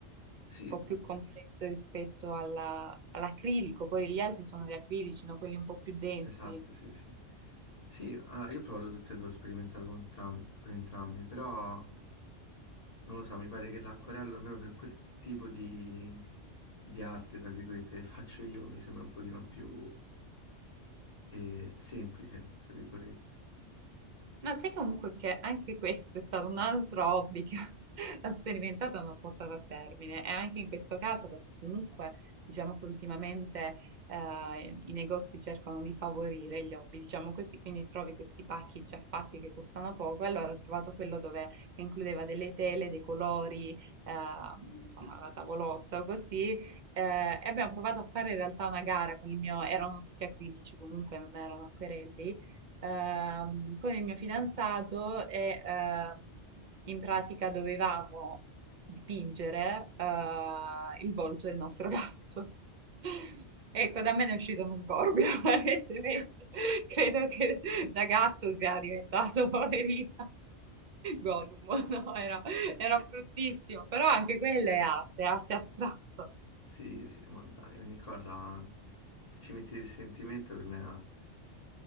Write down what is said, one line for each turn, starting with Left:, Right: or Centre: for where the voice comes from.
Left: Sì,
Right: po' più complesso rispetto alla- all'acrilico. Poi gli altri sono gli acrilici, no? Quelli un po' più densi.
Left: esatto, sì, sì. Sì, allora, io ho provato tutte e due, ho sperimentato con, tram- con entrambi, però Non lo so, mi pare che l'acquerello, almeno per quel tipo di, di arte, tra virgolette, che faccio io, mi sembra un pochino più eh, semplice, tra virgolette.
Right: No, sai comunque che anche questo è stato un altro hobby che <laughs> ho sperimentato e non ho portato a termine. E anche in questo caso, perché comunque diciamo che ultimamente eh, i negozi cercano di favorire gli hobby, diciamo così, quindi trovi questi pacchi già fatti che costano poco. E allora ho trovato quello dove, che includeva delle tele, dei colori, eh,
Left: Mm.
Right: insomma la tavolozza o così. eh, e abbiamo provato a fare in realtà una gara con il mio, erano tutti acrilici comunque, non erano acquerelli ehm, con il mio fidanzato e ehm, in pratica dovevamo dipingere eh, il volto del nostro gatto. <laughs> Ecco, da me ne è uscito uno sgorbio, <laughs> palesemente. Credo che da gatto sia diventato <laughs> poverina. Gollum, no, era, era bruttissimo, però anche quella è arte, arte astratta.
Left: Sì, sì, ma dai, ogni cosa, se ci metti il sentimento, per me è arte.